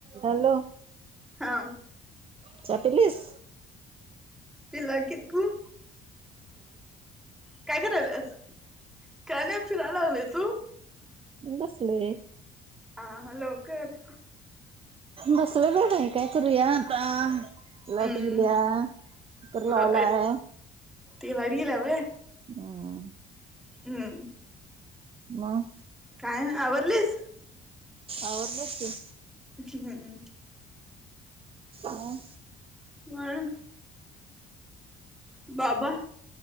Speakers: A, on the right (about 35°); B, in the centre.
A: Hello
B: हा
A: चहा पीलीस.
B: तिला तू काय करायल्यास? काय नाही फिरायला लागले, तू?
A: बसले.
B: हां लवकर
A: बसलोय बाई आहे, काय करूया आता? लाइट
B: हम्म
A: गेलीया, कुकर लावलाय
B: ल ती लाईट गेलीया व्हय.
A: हम <unintelligible>
B: हम्म.
A: मगं
B: काय मग आवरलीस?
A: आवरलो की.
B: हम्
A: मग
B: वर <unintelligible> बाबा